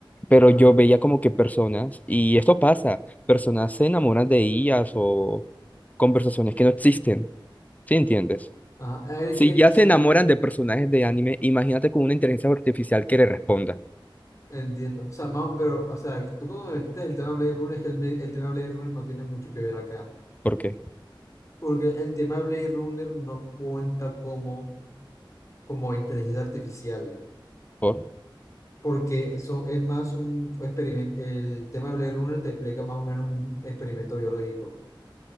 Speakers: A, on the left; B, on the left.
A: pero
B: ajá,
A: yo veía como que personas, y esto pasa, personas se enamoran de ellas o conversaciones que no existen, ¿sí entiendes?
B: ajá. A ver, es
A: Si
B: que
A: ya
B: sí,
A: se enamoran de personajes de anime, imagínate con una inteligencia artificial que le responda.
B: entiendo. O sea, Mao, pero, o sea, tú cuando me metiste el tema de Blade Runner, es que el, Bla- el tema de Blade Runner no tiene mucho que ver acá.
A: ¿Por qué?
B: Porque el tema de Blade Runner no cuenta como, como inteligencia artificial.
A: ¿Por?
B: Porque eso es más un experimento. El tema de Blade Runner te explica más o menos un experimento biológico. O